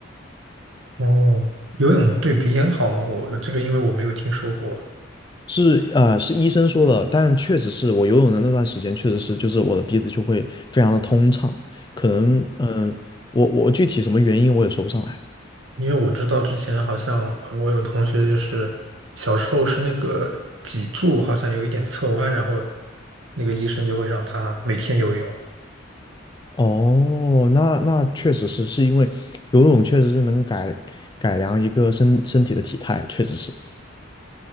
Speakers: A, on the right; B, on the left.
A: 哦，游泳对鼻炎好吗？我这个因为我没有听说过，
B: 是呃是医生说的，但确实是我游泳的那段时间，确实是就是我的鼻子就会非常的通畅，可能嗯、呃我我具体什么原因我也说不上来。
A: 因为我知道之前好像呃我有同学就是小时候是那个脊柱好像有一点侧弯，然后那个医生就会让他每天游泳。
B: 哦，那那确实是是因为游泳确实是能改改良一个身身体的体态，确实是。